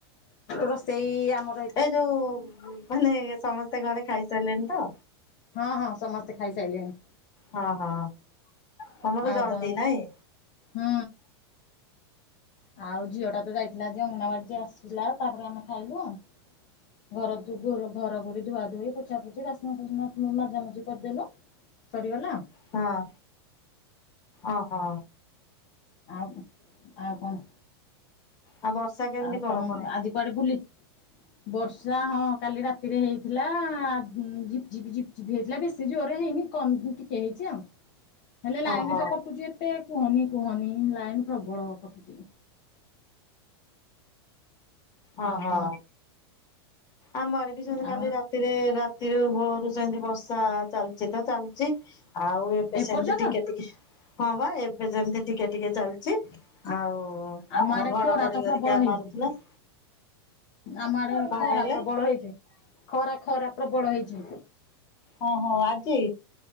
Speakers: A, on the left; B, on the left.
A: ରୋଷେଇ ଆମ
B: ଏ ଯୋଉ ମାନେ ସମସ୍ତେ ଘରେ ଖାଇସାରିଲେଣି ତ।
A: ହଁ ହଁ ସମସ୍ତେ ଖାଇସାଇଲେଣି।
B: ହଁ ହଁ ତମର
A: ଆଉ
B: ଜଲଦି
A: କଣ
B: ନାଇଁ।
A: ହୁଁ। ଆଉ ଝିଅଟା ତ ଯାଇଥିଲା ଯେ ଅଙ୍ଗନାବାଡି ଯେ ଆସିଲା ତାପରେ ଆମେ ଖାଇଲୁ ଆଉ। ଘର ଧୁ <unintelligible> ଘର ଘୁରି ଧୁଆ ଧୁଇ ପୋଛା ପୋଛି ବାସନ କୁସନ ମୁ ମଜାମଜି କରିଦେଲୁ। ସରିଗଲା।
B: ହଁ ଓ ହୋ।
A: ଆଉ ଆଉ କଣ?
B: ଆଉ ବର୍ଷା କେମିତି
A: ଆଉ
B: କଣ
A: ତମ
B: ପୁଣି
A: ଆଜି କୁଆଡେ ବୁଲି? ବର୍ଷା ହଁ କାଲି ରାତିରେ ହେଇଥିଲା ଝିପ୍ ଝିପ୍ ଝିପ୍। <unintelligible> ବେଶୀ ଜୋରେ ହେଇନି କମ୍ ଟିକେ ହେଇଛି ଆଉ। ହେଲେ ଲାଇନ
B: ଓହୋ
A: ତ କଟୁଛି ଏତେ କୁହନି କୁହନି ଲାଇନ ପ୍ରବଳ କଟୁଛି।
B: ଓହୋ।
A: ଆଉ କଣ
B: ଆମର ବି ସେମି
A: ଆ
B: କାଲି ରାତିରେ ରାତିରୁ ବହୁତ ସେମିତି ବର୍ଷା ଚାଲିଛି ତ ଚାଲିଛି ଆଉ ଏବେ
A: ଏପର୍ଯ୍ୟନ୍ତ
B: ସେମିତି ଟିକେ ଟିକେ ହଁ ବା ଏବେ ଯେମିତି ଟିକେ ଟିକେ ଚାଲିଛି। ଆଉ
A: ଆମ ଆଡେ
B: ଘଡଘଡି
A: ଖରା ତ
B: କରିକା
A: ପ୍ରବଳ ହେଇଛି।
B: ମାରୁଥିଲା।
A: ଆମ ଆଡେ
B: କଣ
A: ଖରା
B: କହିଲେ?
A: ପ୍ରବଳ ହେଇଛି ଖରା ଖରା ପ୍ରବଳ ହେଇଛି।
B: ହଁ ହଁ ଆଜି